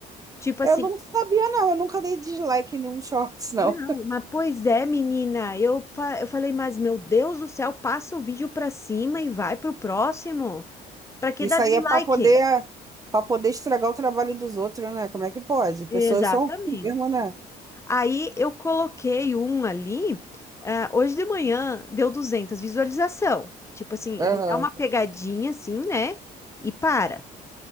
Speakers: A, on the left; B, on the right.
A: Tipo assim,
B: Eu não sabia, não. Eu nunca dei dislike em nenhum <laughs> shorts, não.
A: não, mas pois é, menina, eu, fa- eu falei, mas meu Deus do céu, passa o vídeo pra cima e vai pro próximo. Pra que
B: Isso
A: dar dislike?
B: aí é para poder, para poder estragar o trabalho dos outros, né? Como é que pode? Pessoas
A: Exatamente.
B: são ruins mesmo, né?
A: Aí eu coloquei um ali. ah, hoje de manhã deu 200 visualização. Tipo assim,
B: Aham,
A: ele dá uma pegadinha assim, né? E para.